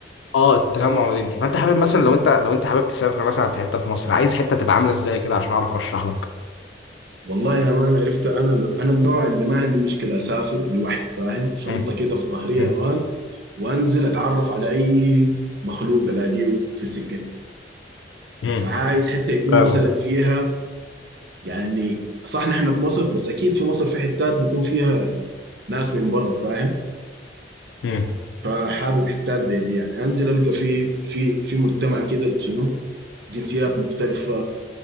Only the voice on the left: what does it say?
اه التجمع مدينتي فانت حابب مثلا لو انت لو انت حابب تسافر مثلا في حته في مصر عايز حته تبقى عامله ازاي كده عشان اعرف ارشح لك
مم.
مم.
مم.
فاهم
قصدي
مم.